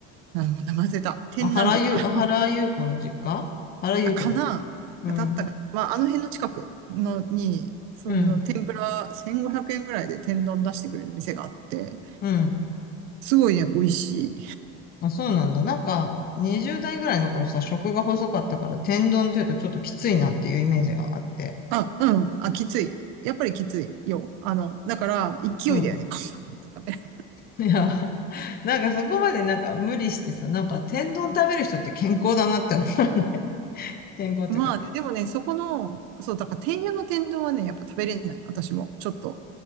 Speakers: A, on the right (about 65°); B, on the left (about 30°).
A: あ、もう名前忘れた。天なんとか。
B: あ、原ゆ、あ原ゆう子の実家原ゆう子だ。
A: あ、かなだったかな。
B: うん。
A: まあ、あの辺の近くのに、その、
B: うん。
A: て1500円ぐらいで天丼出してくれる店があって、
B: うん。
A: すごいね、美味しい。
B: あ、そうなんだ。なんか、20代ぐらいの頃さ、食が細かったから、天丼っていうとちょっときついなっていうイメージがあって。
A: あ、うん。あ、きつい。やっぱりきついよ。あの、だから、勢いだよね。
B: うん。
A: カシャって食べる。
B: <laughs> いや、なんかそこまでなんか無理してさ、なんか天丼食べる人って健康だなって思う。<laughs>
A: <laughs>
B: 健康っていうか、
A: まあね、でもね、そこの、そう、だから、天屋の天丼はね、やっぱ食べれない。私も、ちょっと。